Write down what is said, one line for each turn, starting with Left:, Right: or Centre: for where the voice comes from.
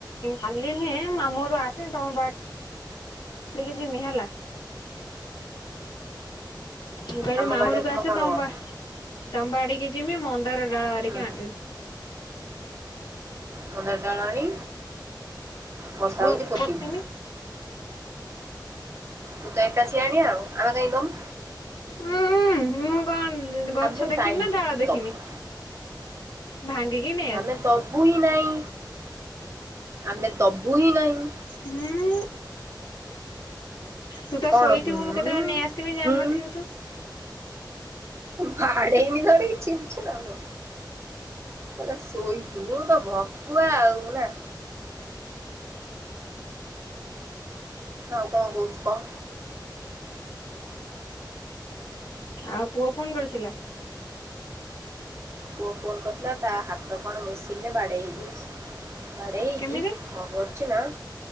Left: କାଲି ନୁହେଁ ଆମୁ ଘରୁ ଆସେ ତମ ବା କାଲିକି ଯମି ହେଲା। ମୁଁ କହିଲି
Right: ଆମ
Left: ମାମୁଁ
Right: ବାଡିରେ
Left: କୁ
Right: ତୁମ
Left: ଆସେ
Right: କାମ
Left: ତମବା
Right: କଣ
Left: ତମ୍ ବାଡିକି ଜିମି ମନ୍ଦାର ଡାଳ ଆଣିକି
Right: ହୁଁ
Left: ଆଗେ
Right: ମନ୍ଦାର ଡାଳ ଆଣି ବର୍ଷା
Left: ପୋତିମି।
Right: ହଉଛି ପୋତିବୁ ତୁ ଏକା ଶିଆଣିଆ ଆମେ କାହିଁ ଦମୁ।
Left: ଉୁଁଁ ମୁଁ କଣ ଗଛ
Right: ଆମେ
Left: ଦେଖିନି
Right: କାହିଁକି
Left: ନା ଡାଳ ଦେଖିନି।
Right: ଦବୁ
Left: ଭାଙ୍ଗିକି ନେ
Right: ଆମେ ଦବୁ ହିଁ ନାହିଁ ଆମେ ଦବୁ ହିଁ ନାହିଁ।
Left: ହୁଁ। ତୁ ତ
Right: କଣ
Left: ଶୋଇଥିବୁ
Right: ହୁଁ
Left: ମୁଁ କେତେବେଳେ ନେଇ ଆସିଥିବି ଜାଣିନଥିବୁ
Right: ହଁ।
Left: ତୁ
Right: ବାଡେଇମିି ଧରିକି ଚିନଚୁ ନା। କହିଲା ଶୋଇବୁ ମୁଁ ତ ଭକୁଆ ଆଉ ନା। ଆଉ କଣ କହୁଛୁ କହ?
Left: ଆଉ ପୁଅ ଫୋନ୍ କରିଥିଲା?
Right: ପୁଅ ଫୋନ କରିଥିଲା ତା ହାତ କଣ ମେସିନରେ ବାଡେଇ ହେଇଯାଇଛି। ବାଡେଇହେଇକି
Left: କେମିତି
Right: କଣ କରିଛିନା